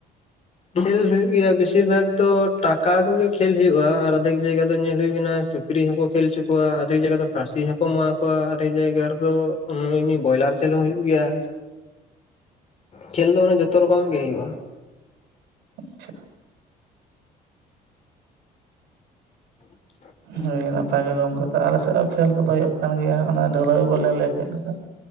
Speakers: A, on the left (about 40°); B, on the right (about 85°).
A: ᱠᱷᱮᱞ ᱦᱩᱭᱩᱜ ᱜᱮᱭᱟ ᱵᱮᱥᱤᱨ ᱵᱷᱟᱜᱽ ᱫᱚ ᱴᱟᱠᱟ ᱠᱚᱜᱮ ᱠᱷᱮᱞ ᱦᱩᱭᱩᱜᱼᱟ ᱟᱨ ᱟᱫᱷᱮᱠ ᱡᱟᱭᱜᱟ ᱫᱚ ᱧᱮᱞ ᱦᱩᱭ ᱠᱟᱱᱟ ᱥᱩᱠ ᱥᱩᱠᱨᱤ ᱦᱚᱸᱠᱚ ᱠᱷᱮᱞ ᱦᱚᱪᱚ ᱠᱚᱣᱟ ᱟᱫᱷᱮᱠ ᱡᱟᱭᱜᱟ ᱫᱚ ᱠᱟᱥᱤ ᱦᱚᱸᱠᱚ ᱮᱢᱟ ᱠᱚᱣᱟ ᱟᱫᱷᱮᱠ ᱡᱟᱭᱜᱟ ᱨᱮᱫᱚ ᱚᱱᱮ ᱮᱢᱱᱤ ᱵᱚᱭᱞᱟᱨ ᱠᱷᱮᱞ ᱦᱚᱸ ᱦᱩᱭᱩᱜ ᱜᱮᱭᱟ᱾ ᱠᱷᱮᱞ ᱫᱚ ᱢᱟᱱᱮ ᱡᱚᱛᱚ ᱨᱚᱠᱚᱢ ᱜᱮ ᱦᱩᱭᱩᱜᱼᱟ᱾
B: ᱟᱪᱪᱷᱟ
A: <inaudible>
B: ᱦᱳᱭ ᱱᱟᱯᱟᱭ ᱜᱮ ᱜᱚᱢᱠᱮ ᱛᱟ ᱟᱞᱮ ᱥᱮᱫ ᱦᱚᱸ ᱠᱷᱮᱞ ᱠᱚᱫᱚ ᱦᱩᱭᱩᱜ ᱠᱟᱱ ᱜᱮᱭᱟ ᱚᱱᱟ ᱰᱷᱟᱹᱞᱟᱹᱭ ᱵᱚᱞᱤᱧ ᱞᱟᱹᱭ ᱠᱮᱫ ᱞᱮᱠᱟ